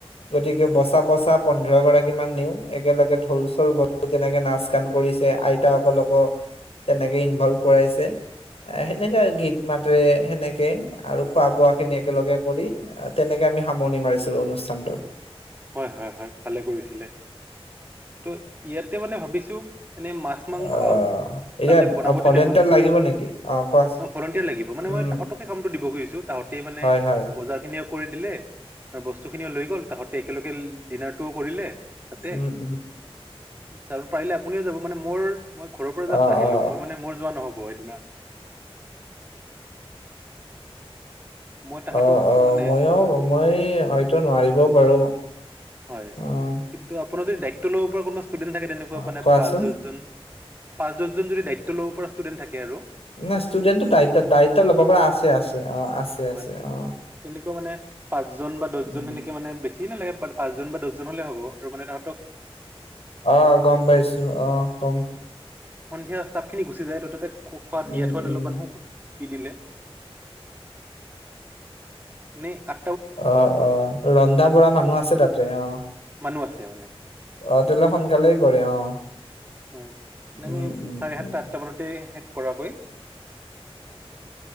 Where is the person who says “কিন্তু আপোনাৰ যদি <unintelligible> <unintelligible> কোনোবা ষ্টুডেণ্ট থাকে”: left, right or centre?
Right